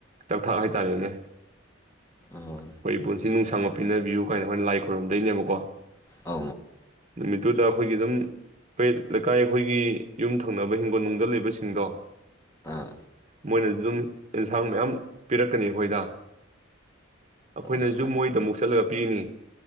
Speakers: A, on the right; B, on the left.
A: ꯇꯛ ꯊꯥꯛ ꯍꯥꯏꯇꯥꯔꯦꯅꯦ ꯑꯩꯈꯣꯏꯒꯤ
B: ꯑꯥ
A: ꯄꯨꯟꯁꯤ ꯅꯨꯡꯁꯥꯡꯕ ꯄꯤꯅꯕꯤꯌꯨ ꯀꯥꯏꯅ ꯑꯩꯈꯣꯏꯅ ꯂꯥꯏ ꯈꯨꯣꯏꯔꯨꯝꯗꯣꯏꯅꯦꯕꯀꯣ
B: ꯑ
A: ꯅꯨꯃꯤꯠꯇꯨꯗ ꯑꯩꯈꯣꯏꯒꯤ ꯑꯗꯨꯝ ꯑꯩꯈꯣꯏ ꯂꯩꯀꯥꯏ ꯑꯩꯈꯣꯏꯒꯤ ꯌꯨꯝ ꯊꯪꯅꯕ ꯍꯤꯡꯒꯣꯜ ꯅꯨꯡꯗ ꯂꯩꯕꯁꯤꯡꯗꯣ
B: ꯑꯥ
A: ꯃꯣꯏꯅꯁꯨ ꯑꯗꯨꯝ ꯑꯦꯟꯁꯥꯡ ꯃꯌꯥꯝ ꯄꯤꯔꯛꯀꯅꯤ ꯑꯩꯈꯣꯏꯗ ꯑꯩꯈꯣꯏꯅꯁꯨ
B: ꯑꯁ
A: ꯃꯣꯏꯗ ꯑꯃꯨꯛ ꯆꯠꯂꯒ ꯄꯤꯅꯤ